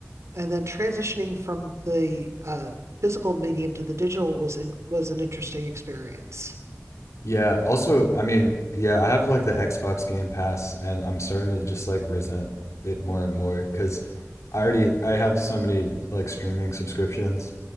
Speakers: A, on the right; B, on the left.
A: and then transitioning from the uh, physical medium to the digital was in, was an interesting experience.
B: Yeah. Also, I mean, yeah, I have like the Xbox Game Pass, and I'm starting to just like resent it more and more because I already I have so many like streaming subscriptions.